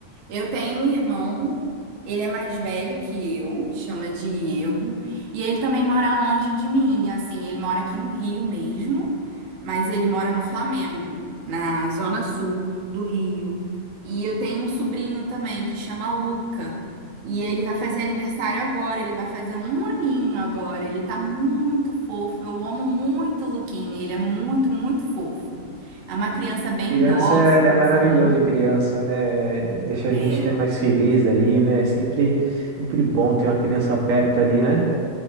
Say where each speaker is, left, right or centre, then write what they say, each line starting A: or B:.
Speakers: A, on the right; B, on the right.
A: Eu tenho um irmão, ele é mais velho que eu, chama Diego, e ele também mora longe de mim, assim, ele mora aqui no Rio mesmo, mas ele mora no Flamengo, na zona sul do Rio. E eu tenho um sobrinho também que chama Luca, e ele vai fazer aniversário agora, ele vai fazer um aninho agora, ele tá muito fofo, eu amo muito o Luquinha, ele é muito, muito fofo. É uma criança bem
B: Criança
A: dócil,
B: é, é maravilhoso,
A: assim.
B: criança, né? Deixa a
A: É.
B: gente, né, mais feliz ali, né? É Sempre, sempre bom ter uma criança perto ali, né?